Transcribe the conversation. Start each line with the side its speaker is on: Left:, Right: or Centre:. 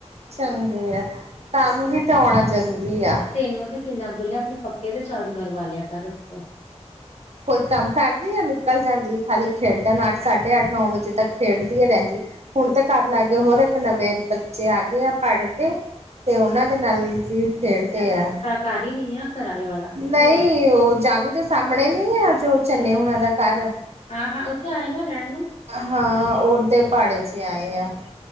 Right: ਚੰਗੇ ਆ ਕੰਮ ਵੀ ਤੇ ਆਉਣਾ ਜ਼ਰੂਰੀ ਆ।
Left: ਤੈਨੂੰ ਤੇ ਕਿੰਨਾ ਬੋਲਿਆ ਆਪਣੇ ਪੱਖੇ ਤੇ ਝਾੜੂ ਮਰਵਾ ਲਿਆ ਕਰ ਉਤੋਂ
Right: ਕੋਈ ਕੰਮ ਕਰਦੀ ਹੈ ਨਿਕਲ ਜਾਂਦੀ ਖਾਲੀ ਖੇਡਣ ਅੱਠ ਸਾਢੇ ਅੱਠ ਨੌ ਵਜੇ ਤੱਕ ਖੇਡਦੀ ਈ ਰੈਂਦੀ। ਹੁਣ ਤੇ ਘਰ ਲਾਗੇ ਹੋਰ ਇੱਕ ਨਵੇਂ ਬੱਚੇ ਆ ਗਏ ਆ ਪੜਦੇ ਤੋ ਤੇ ਉਹਨਾਂ ਦੇ ਨਾਲ ਫਿਰ ਖੇਡਦੇ ਆ।
Left: ਘਰ ਈ ਨੀ ਆ। ਕਿਰਾਏ ਵਾਲਾ ਕਿੱਥੇ
Right: ਨਈ
Left: ਆ
Right: ਓ ਜਾਣੂ ਦੇ ਸਾਹਮਣੇ ਨਈ ਆ ਜੋ ਚੰਨੇ ਹੋਣੇ ਦਾ ਘਰ
Left: ਹਾਂ-ਹਾਂ ਉੱਥੇ ਆਏ ਨਾ ਰਹਿਣ ਨੂੰ
Right: ਹਾਂ ਉਦੇ ਪਾੜੇ 'ਚ ਆਏ ਆ।